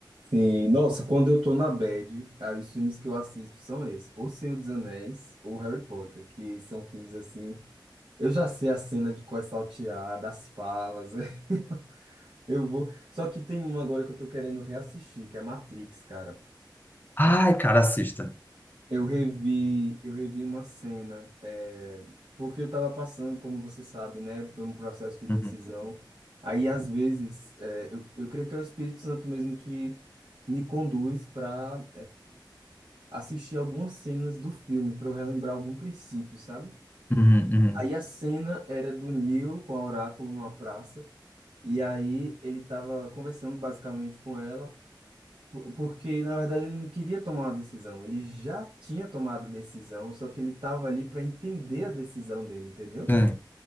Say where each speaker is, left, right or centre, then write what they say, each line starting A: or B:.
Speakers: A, on the right; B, on the left.
A: Sim, Nossa, quando eu tô na bad, aí os filmes que eu assisto são esses, ou Senhor dos Anéis ou Harry Potter, que são filmes assim. Eu já sei a cena de qual é saltear, das falas. <laughs> Eu vou. Só que tem um agora que eu tô querendo reassistir, que é Matrix, cara.
B: Ai, cara, assista.
A: Eu revi, eu revi uma cena, é, porque eu estava passando, como você sabe, né, por um processo de decisão.
B: Uhum,
A: Aí, às vezes, é, eu, eu creio que é o Espírito Santo mesmo que me conduz para, assistir algumas cenas do filme, para eu relembrar algum princípio, sabe?
B: uhum,
A: Aí a cena era do Neo com a Oráculo numa praça, e aí ele estava conversando basicamente com ela. Por- Porque, na verdade, ele não queria tomar uma decisão. Ele já tinha tomado a decisão, só que ele estava ali para entender a decisão dele, entendeu?
B: uhum.